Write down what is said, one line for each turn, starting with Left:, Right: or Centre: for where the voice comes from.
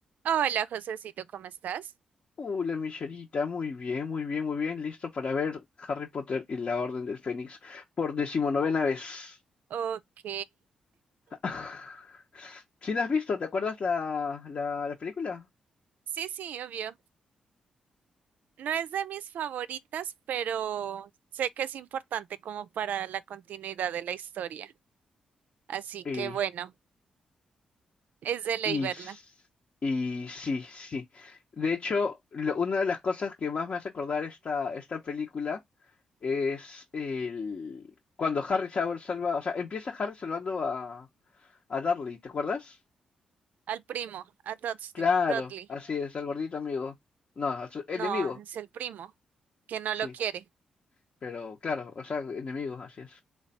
Right: Hola, Josecito, ¿cómo estás?
Left: Uh, la Michelita, muy bien, muy bien, muy bien. Listo para ver Harry Potter y la Orden del Fénix por decimonovena vez.
Right: Ok.
Left: <laughs> ¿Sí la has visto? ¿Te acuerdas la, la, la película?
Right: Sí, sí, obvio. No es de mis favoritas, pero sé que es importante como para la continuidad de la historia. Así
Left: Y,
Right: que bueno, es de ley
Left: y,
Right: verla.
Left: s- y sí, sí. De hecho, lo- una de las cosas que más me hace acordar esta, esta película es el, cuando Harry salva, salva- o sea, empieza Harry salvando a, a Dudley, ¿te acuerdas?
Right: Al primo, a Dudley.
Left: Claro,
Right: Dudley.
Left: así es, al gordito amigo. No, a su- enemigo,
Right: No, es el primo, que no
Left: sí,
Right: lo quiere.
Left: pero claro, o sea, enemigo, así es.